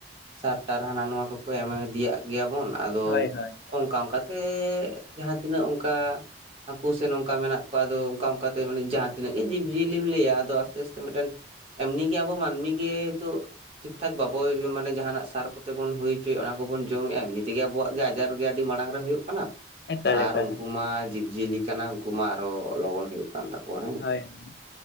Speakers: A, on the right; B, on the left.
A: ᱥᱟᱨᱼᱴᱟᱨ ᱦᱟᱱᱟ ᱱᱚᱣᱟ ᱠᱚᱠᱚ ᱮᱢ ᱤᱫᱤᱭᱟᱜ ᱜᱮᱭᱟ ᱵᱚᱱ ᱟᱫᱚ,
B: ᱦᱳᱭ ᱦᱳᱭ
A: ᱚᱝᱠᱟ ᱚᱝᱠᱟᱛᱮ ᱡᱟᱦᱟᱸ ᱛᱤᱱᱟᱹᱜ ᱚᱝᱠᱟ ᱦᱟᱹᱠᱩ ᱥᱮ ᱱᱚᱝᱠᱟ ᱢᱮᱱᱟᱜ ᱠᱚᱣᱟ ᱟᱫᱚ ᱚᱝᱠᱟ ᱚᱝᱠᱟᱛᱮ ᱢᱟᱱᱮ ᱡᱟᱦᱟᱸ ᱛᱤᱱᱟᱹᱜ ᱜᱮ ᱡᱤᱵᱽᱼᱡᱤᱭᱟᱹᱞᱤ ᱞᱟᱹᱭᱟ ᱟᱫᱚ ᱟᱥᱛᱮ ᱟᱥᱛᱮ ᱢᱤᱫᱴᱮᱱ ᱮᱢᱱᱤ ᱜᱮ ᱟᱵᱚ ᱢᱟᱹᱱᱢᱤ ᱜᱮ ᱦᱚᱭᱛᱳ ᱴᱷᱤᱠᱼ ᱴᱷᱟᱠ ᱵᱟᱵᱚ ᱢᱟᱱᱮ ᱡᱟᱦᱟᱸᱱᱟᱜ ᱥᱟᱨ ᱠᱚᱛᱮ ᱵᱚᱱ ᱦᱩᱭ ᱦᱚᱪᱚᱭᱮᱜ ᱚᱱᱟ ᱠᱚᱵᱚᱱ ᱡᱚᱢᱮᱜᱼᱟ ᱮᱢᱱᱤ ᱛᱮᱜᱮ ᱟᱵᱚᱣᱟᱜ ᱜᱮ ᱟᱡᱟᱨ ᱨᱮᱜᱮ ᱟᱹᱰᱤ ᱢᱟᱲᱟᱝ ᱨᱮ ᱦᱩᱭᱩᱜ ᱠᱟᱱᱟ᱾
B: ᱮᱠᱟᱞ
A: ᱟᱨ
B: ᱮᱠᱟᱞ
A: ᱩᱱᱠᱩ ᱢᱟ ᱡᱤᱵᱽᱼᱡᱤᱭᱟᱹᱞᱤ ᱠᱟᱱᱟ ᱩᱱᱠᱩ ᱢᱟ ᱟᱨᱚ ᱞᱚᱜᱚᱱ ᱦᱩᱭᱩᱜ ᱠᱟᱱ ᱛᱟᱠᱚᱣᱟ ᱦᱮᱸ᱾
B: ᱦᱚᱭ ᱦᱚᱭ᱾